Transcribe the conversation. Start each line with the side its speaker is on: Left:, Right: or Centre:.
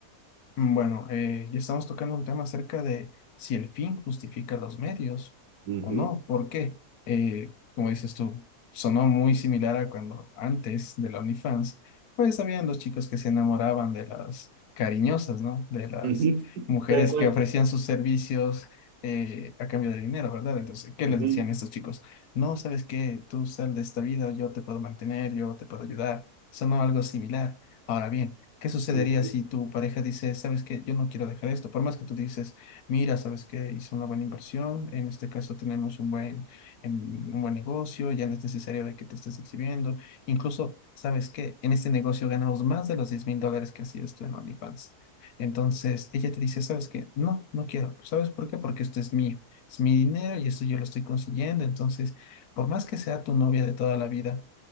Left: Mm, Bueno, eh, ya estamos tocando un tema acerca de si el fin justifica los medios
Right: Ujú,
Left: o no. ¿Por qué? Eh, como dices tú, sonó muy similar a cuando antes de la OnlyFans, pues habían los chicos que se enamoraban de las cariñosas, ¿no? De las
Right: ujú, <laughs>
Left: mujeres
Right: Tal cual.
Left: que ofrecían sus servicios eh, a cambio de dinero, ¿verdad? Entonces, ¿qué les
Right: Ujú,
Left: decían estos chicos? No, ¿sabes qué? Tú sal de esta vida, yo te puedo mantener, yo te puedo ayudar. Sonó algo similar. Ahora bien. ¿Qué sucedería
Right: ujú,
Left: si tu pareja dice, sabes que yo no quiero dejar esto? Por más que tú dices, mira, sabes que hice una buena inversión, en este caso tenemos un buen, em, un buen negocio, ya no es necesario de que te estés exhibiendo. Incluso, sabes que en este negocio ganamos más de los diez mil dólares que hacías tú en OnlyFans. Entonces, ella te dice, ¿sabes qué? No, no quiero. ¿Sabes por qué? Porque esto es mío, es mi dinero y esto yo lo estoy consiguiendo. Entonces, por más que sea tu novia de toda la vida,